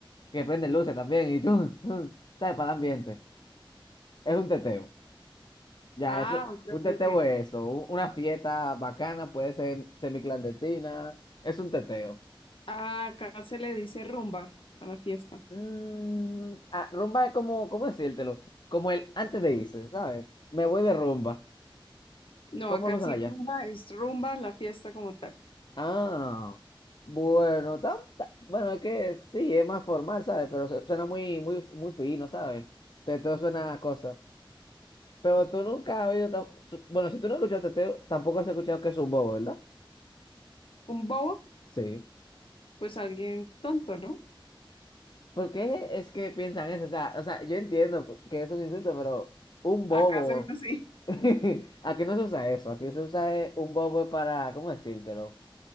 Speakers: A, on the left; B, on the left.
A: que prenden luces también y... tun, tun, ¿Sabes? Para el ambiente. Es un teteo. Ya,
B: Ah,
A: eso,
B: ok,
A: un
B: ok,
A: teteo
B: ok.
A: es eso, u- una fiesta bacana, puede ser semiclandestina, es un teteo.
B: Ah, acá se le dice rumba a la fiesta.
A: Mm, ah, rumba es como, ¿cómo decírtelo? Como el antes de irse, ¿sabes? Me voy de rumba.
B: No,
A: ¿Cómo
B: acá
A: lo usan
B: sí
A: allá?
B: rumba es rumba la fiesta como tal.
A: Ah, bueno, tam- ta- bueno, es que sí, es más formal, ¿sabes? Pero su- suena muy, muy, muy fino, ¿sabes? Teteo suena a cosas. Pero tú nunca has oído, tam- su- bueno, si tú no has escuchado teteo, tampoco has escuchado que es un bobo, ¿verdad?
B: Un bobo,
A: Sí.
B: pues alguien tonto, ¿no?
A: ¿Por qué es que piensan eso? O sea, o sea, yo entiendo que eso es un insulto, pero un bobo.
B: Acá se usa así.
A: <laughs> Aquí no se usa eso. Aquí se usa eh, un bobo es para, ¿cómo decírtelo?